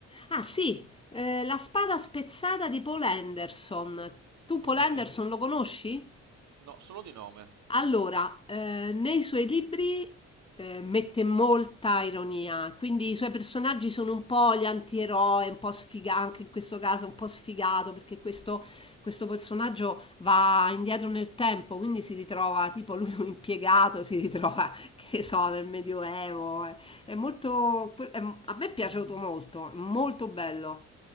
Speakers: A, on the left (about 20°); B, on the right (about 70°).
A: Ah sì, eh, La spada spezzata di Paul Anderson. Tu
B: Ok?
A: Paul Anderson lo conosci?
B: No, solo di nome.
A: Allora, eh, nei suoi libri eh, mette molta ironia, quindi i suoi personaggi sono un po' gli antieroi, un po' sfigato, anche in questo caso un po' sfigato, perché questo, questo personaggio va indietro nel tempo, quindi si ritrova, tipo lui un impiegato, si ritrova, <laughs> che so, nel Medioevo. eh. È molto, è- a me è piaciuto molto, è molto bello.